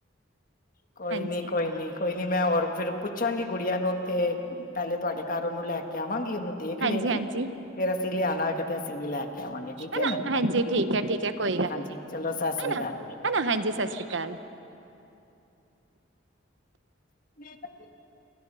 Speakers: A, on the left; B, on the right.
A: ਕੋਈ
B: ਹਾਂਜੀ
A: ਨੀ ਕੋਈ ਨੀ ਕੋਈ ਨੀ ਮੈਂ ਹੋਰ ਫਿਰ ਪੁੱਛਾਂਗੀ ਗੁੜੀਆਂ ਨੂੰ ਤੇ ਪਹਿਲੇ ਤੁਹਾਡੇ ਘਰ ਉਹਨੂੰ ਲੈ ਕੇ ਆਵਾਂਗੀ ਉਹਨੂੰ। ਦੇਖ
B: ਹਾਂਜੀ
A: ਲਏਗੀ
B: ਹਾਂਜੀ।
A: ਫੇਰ ਅਸੀਂ ਲਿਆਣਾ ਹੋਏਗਾ ਤੇ ਅਸੀਂ ਵੀ ਲੈ ਕੇ ਆਵਾਂਗੇ ਠੀਕ
B: ਹਨਾ
A: ਆ ਨਾ,
B: ਹਾਂਜੀ ਠੀਕ ਹੈ ਠੀਕ ਹੈ ਕੋਈ ਗੱਲ
A: ਹਾਂਜੀ।
B: ਨੀ
A: ਚਲੋ, ਸਸ ਸ੍ਰੀ
B: ਹਨਾ
A: ਅਕਾਲ ਜੀ।
B: ਹਨਾ ਹਾਂਜੀ ਸਤਿ ਸ਼੍ਰੀ ਅਕਾਲ
A: <unintelligible>